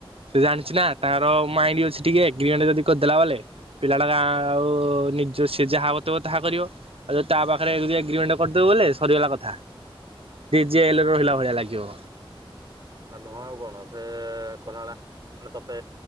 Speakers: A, on the right; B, on the right.
A: ସେ ଜାଣିଛି ନା ତାଙ୍କର ମାଇଣ୍ଡ ଅଛି ଟିକେ ଏଗ୍ରିମେଣ୍ଟ ଯଦି କରିଦେଲା ବେଲେ ପିଲାା ଗାଁ ଆଉ ନିଜ ସେି ଯାହା ବତେଇବ ତାହା କରିବ। ଆ ତା ପାଖରେ ଏଗ୍ରିମେଣ୍ଟ କରିଦେବ ବେଲେ ସରିଗଲା କଥା। ଜେଲ୍‌ରେ ରହିଲା ଭଳିଆ ଲାଗିବ।
B: ନୁହଁ ଆଉ କଣ ସେ କହିଲା ବ ମାନେ ତତେ